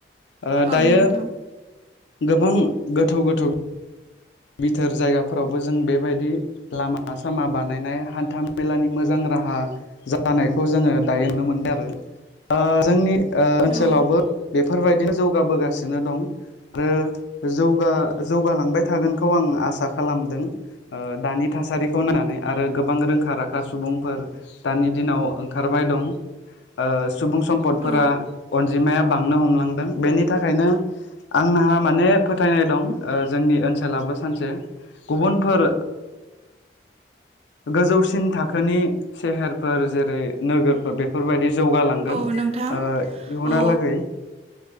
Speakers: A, on the left; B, on the right.
A: ओ
B: औ
A: दायो
B: नोंथां
A: गोबां गोथौ गोथौ बिथोर जायगाफोरावबो जों बेबायदि लामा सामा बानायनाय हान्था मेलानि मोजां राहा जानायखौ जोङो दायो नुनो मोनदों आरो ओ जोंनि ओ ओनसोलावबो
B: औ
A: बेफोरबायदिनो जौगाबोगासिनो दं आरो जौगालांबाय थागोनखौ आं आसा खालामदों ओ दानि थासारिखौ नायनानै आरो गोबां रोंखा राखा सुबुंफोर दानि दिनाव ओंखारबाय दं ओ सुबुं सम्पदफोरा
B: औ
A: अनजिमाया बांनो हमलांदों बेनि थाखायनो आंहा माने फोथायनाय दं जोंनि ओनसोल ओनसोलाबो सानसे गुबुनफोर गोजौसिन थाखोनि सेहेरफोर जेरै नोगोरफोर बेफोरबायदि जौगालांगोन
B: औ नोंथां
A: ओ इयुनहालागै
B: औ